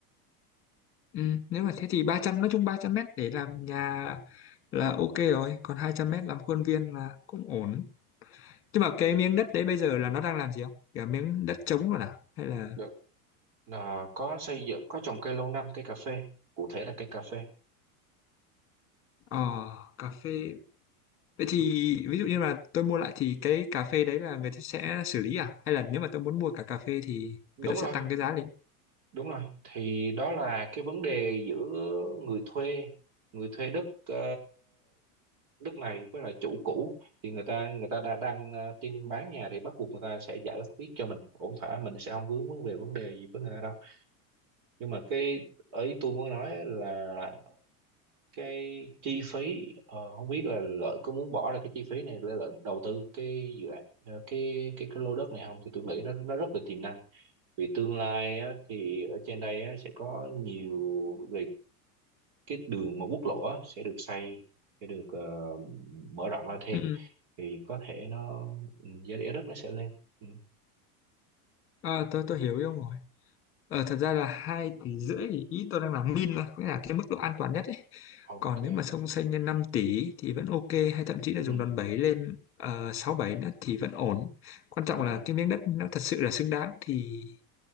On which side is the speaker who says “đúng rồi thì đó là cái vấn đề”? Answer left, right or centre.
Right